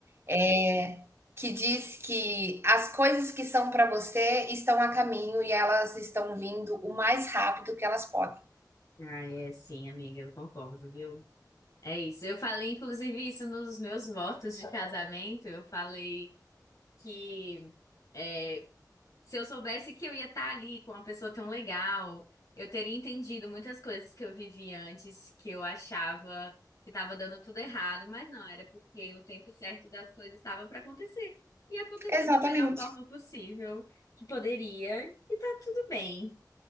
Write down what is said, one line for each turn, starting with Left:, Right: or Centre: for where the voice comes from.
Right: é, que diz que as coisas que são pra você estão a caminho e elas estão vindo o mais rápido que elas podem.
Left: Ah, é sim, amiga, eu concordo, viu? É isso. Eu falei, inclusive, isso nos meus votos de casamento. Eu falei que é, se eu soubesse que eu ia estar ali com uma pessoa tão legal, eu teria entendido muitas coisas que eu vivi antes, que eu achava que estava dando tudo errado, mas não, era porque o tempo certo das coisas estava para acontecer. E aconteceu
Right: Exatamente.
Left: da melhor forma possível que poderia, e tá tudo bem.